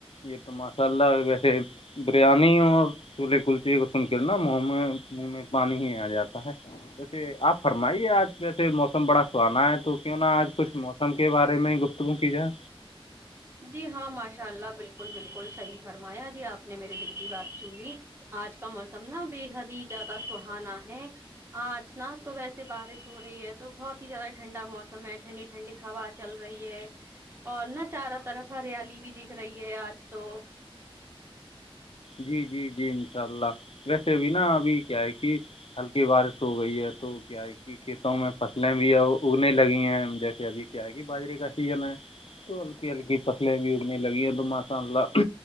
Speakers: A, on the left; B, on the right.
A: یہ تو ماشاء اللہ ویسے بریانی اور چولہے کلچے کو سن کر نا منہ منہ میں پانی ہی آ جاتا ہے ویسے آپ فرمائیے آج ویسے موسم بڑا تو آنا ہے تو کیوں نا آج کچھ موسم کے بارے میں ہی گپتگو کی جائے
B: جی ہاں ماشاء اللہ بالکل بالکل صحیح فرمایا جی آپ نے میرے دل کی بات چو لی آج کا موسم نا بے حد ہی زیادہ سہانا ہے آج ن تو ویسے بارش ہو رہی ہے تو بہت ہی زیادہ ٹھنڈا موسم ہے ٹھنڈی ٹھنڈی ہوا چل رہی ہے اور نا چاروں طرف ہریالی بھی دکھ رہی ہے آج تو
A: جی جی جی انشاء اللہ ویسے بھی نا ابھی کیا ہے کہ ہلکی بارش ہو گئی ہے تو کیا ہے کہ کھیتوں میں فصلیں بھی اور اگنے لگی ہیں جیسے ابھی کیا ہے کہ باجرے کا سیزن ہے تو ہلکی ہلکی فصلیں بھی اگنے لگی ہیں تو ماشاء اللہ